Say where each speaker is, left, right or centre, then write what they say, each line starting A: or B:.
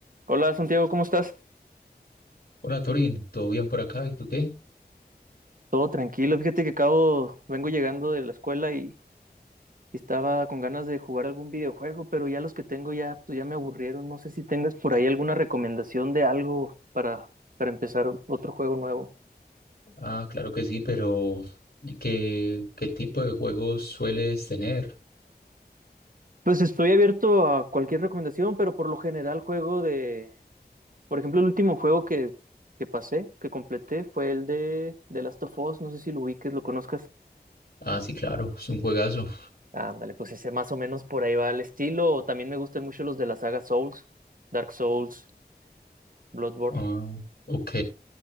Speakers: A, on the right (about 55°); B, on the left (about 60°).
A: Hola Santiago, ¿cómo estás?
B: Hola Torín, ¿todo bien por acá? ¿Y tú qué?
A: Todo tranquilo. Fíjate que acabo, vengo llegando de la escuela y, y estaba con ganas de jugar algún videojuego, pero ya los que tengo ya, pues ya me aburrieron. No sé si tengas por ahí alguna recomendación de algo para, para empezar o- otro juego nuevo.
B: Ah, claro que sí, pero ¿y ¿qué, qué tipo de juegos sueles tener?
A: Pues estoy abierto a cualquier recomendación, pero por lo general juego de, por ejemplo, el último juego que, que pasé, que completé, fue el de The Last of Us. No sé si lo ubiques, lo conozcas.
B: Ah, sí, claro, es un juegazo.
A: Ándale, pues ese más o menos por ahí va el estilo. O también me gustan mucho los de la saga Souls, Dark Souls, Bloodborne.
B: Ah, ok.